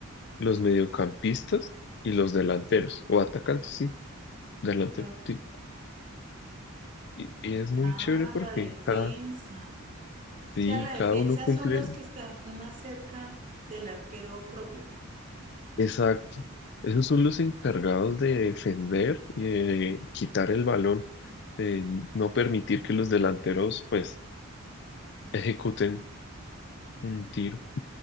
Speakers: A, on the left (about 50°); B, on the right (about 35°).
A: los mediocampistas y los delanteros, o atacantes, sí, delanteros,
B: No.
A: sí. Y, y es muy
B: Ah,
A: chévere porque
B: la defensa.
A: cada, sí,
B: O sea, la
A: cada
B: defensa
A: uno cumple,
B: son los que están más cerca del arquero propio.
A: exacto. Esos son los encargados de defender y de quitar el balón, de no permitir que los delanteros, pues, ejecuten un tiro.